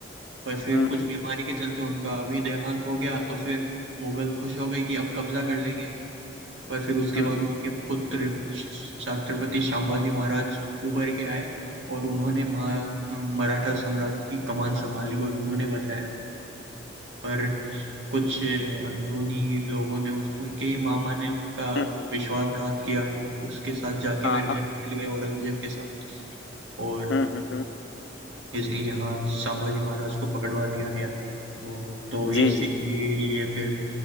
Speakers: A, on the right; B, on the left.
A: पर फिर
B: हम्म
A: कुछ
B: हम्म
A: बीमारी के चलते उनका अभी देहांत हो गया तो फिर मुगल खुश हो गए कि अब कब्जा कर लेंगे पर फिर उसके
B: हम्म
A: बाद
B: हम्म
A: उनके पुत्र श- छत्रपति संभाजी महाराज उभर के आए और उन्होंने महा मराठा सम्राट की कमान संभाली और उन्होंने बचाया पर कुछ अंदरूनी लोगों ने उस, उनके ही मामा ने उनका
B: हम्म,
A: विश्वासघात किया उसके साथ जाके
B: हाँ
A: मिल
B: हाँ
A: गए मिल गए औरंगजेब के साथ और
B: हम्म हम्म हम्म,
A: इस यहाँ संभाजी महाराज को पकड़वा दिया गया और तो इसी
B: जी जी
A: लिए फिर